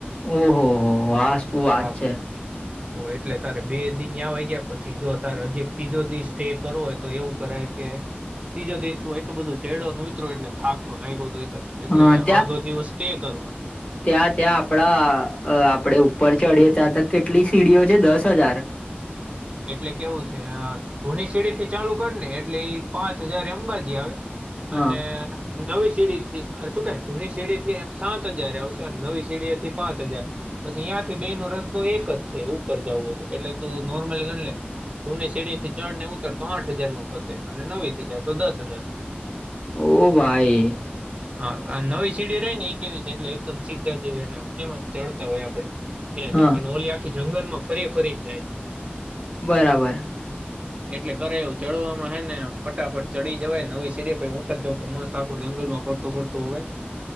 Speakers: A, on the left; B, on the right.
A: ઓહો હો વાહ શું વાત
B: હા
A: છે.
B: તો એટલે તારે બે દિન આવેય ગયા પછી જો તારે હજી એક ત્રીજો દિવસ સ્ટે કરવો હોય તો એવું કરાય કે ત્રીજા દીન તું એટલું બધું ચેડો ન ઉતરો એટલે થાક તો લાગ્યો દ હોય. એટલે
A: ત્યાં
B: અડધો દિવસ સ્ટે કરવાનું.
A: ત્યાં ત્યાં આપડા આપડે ઉપર ચડીીએ ત્યાં ત કેટલી સીડીઓ છે દસ હજાર?
B: એટલે કેવું છે હા. જૂની સીડી થી ચાલુ કરી ને એટલે ઈ પાંચ હજાર અંબાજી આવે
A: હા
B: અને નવી સીડી થી શું કે જૂની સીડી થી સાત હજાર આવશે નવી સીડીથી પાંચ હજાર. પછી ત્યાં થી બે નો રસ્તો એક જ છે ઉપર જવું હોય તો એટલે તું નોર્મલી જૂની સીડી થી ચડ ને ઉતર તો આઠ હજાર માં પ અને નવી થી જાય તો દસ હજારમાં.
A: ઓ ભાઈ
B: હા નવી સીડી રહી ને એ કેવી છે એટલે એકદમ સી એટલે આમ કેમ ચડતા હોય આપડે એ
A: હા
B: અને ઓલી આખી જંગલમાં ફરી ફરીને જાય
A: બરાબર
B: એટલે કરે એવું ચડવામાં હે નેમ ફટાફટ ચડી જવાય નવી સીડે પર ઉતર જવ કે મસ્ત આખું જંગલમાં ફ તો ફર તોવે